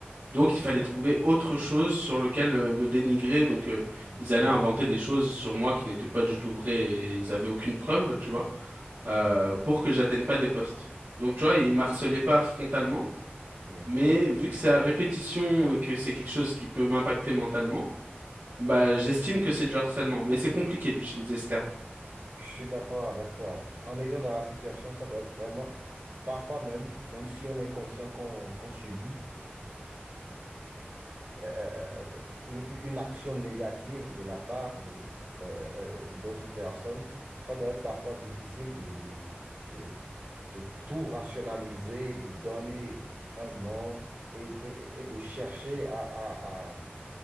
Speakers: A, on the right; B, on the right.
A: Donc, il fallait trouver autre chose sur lequel euh, me dénigrer. Donc, euh,
B: Mhm.
A: ils allaient inventer des choses sur moi qui n'étaient pas du tout vraies et ils avaient aucune preuve, tu vois, euh,
B: Ouais,
A: pour que j'atteigne pas des postes. Donc, tu vois, ils m'harcelaient pas frontalement,
B: oui.
A: mais vu que c'est à répétition et que c'est quelque chose qui peut m'impacter mentalement, bah, j'estime que c'est du harcèlement, mais c'est compliqué d'utiliser ce terme.
B: Je suis d'accord avec toi. En étant dans la situation, ça doit être vraiment, parfois même, même si on est conscient qu'on qu'on subit euh, euh, euh, une action négative de la part de, euh, euh, d'autres personnes, ça doit être parfois difficile de, de, de, de tout rationaliser, de donner un nom et, et- et de chercher à, à, à-